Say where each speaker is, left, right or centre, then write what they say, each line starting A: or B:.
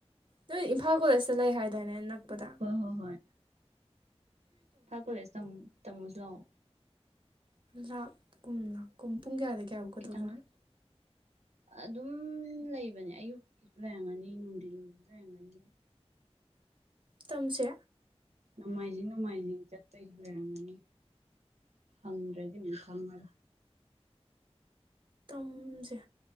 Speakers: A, on the right (about 45°); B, on the right (about 80°).
A: ꯅꯣꯏ ꯏꯝꯐꯥꯜ ꯀꯣꯂꯦꯖꯇ ꯂꯩ ꯍꯥꯏꯗꯥꯏꯅꯦ ꯑꯅꯛꯄꯗ
B: ꯍꯣꯏ ꯍꯣꯏ ꯍꯣꯏ ꯏꯝꯐꯥꯜ ꯀꯣꯂꯦꯖ ꯇꯝ ꯇꯝꯃꯨꯁꯤ ꯂꯥꯛꯑꯣ
A: ꯂꯥꯞꯀꯨꯝ ꯂꯀꯨꯝ ꯄꯨꯡ ꯀꯌꯥꯗꯩ ꯀꯌꯥꯕꯥꯎꯀ
B: ꯈꯤꯇꯪ
A: ꯇꯧꯖꯥꯠꯅꯣ
B: ꯑꯗꯨꯝ ꯂꯩꯕꯅꯦ ꯑꯌꯨꯛꯀꯤꯁꯨ ꯂꯩꯔꯝꯒꯅꯤ ꯅꯨꯡꯊꯤꯟꯒꯤꯁꯨ ꯂꯩꯔꯝꯒꯅꯤ
A: ꯇꯝꯁꯦ
B: ꯅꯣꯡꯃꯥꯏꯖꯤꯡ ꯅꯣꯡꯃꯥꯏꯖꯤꯡ ꯆꯠꯄꯩꯁꯨ ꯂꯩꯔꯝꯒꯅꯤ ꯍꯪ꯭ꯗ꯭ꯔꯗꯤ ꯑꯃꯨꯛ ꯈꯪꯉꯔꯣꯏ
A: ꯇꯝꯖꯦ